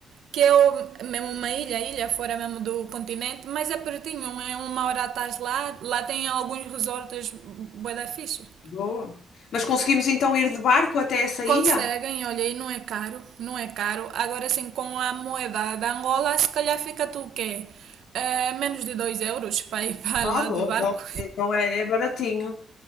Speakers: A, on the right; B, on the left.
A: que eu mesmo uma ilha, ilha fora mesmo do continente, mas é pertinho, é uma hora atrás lá, lá tem alguns resorts bué da fixe.
B: Boa. Mas conseguimos então ir de barco até essa
A: Conseguem,
B: ilha?
A: olha, e não é caro, não é caro. Agora sim, com a moeda da Angola, se calhar fica tu o quê? Eh, menos de 2 euros para ir <laughs> para
B: Ah,
A: lá
B: boa,
A: de barco.
B: então, então é, é baratinho.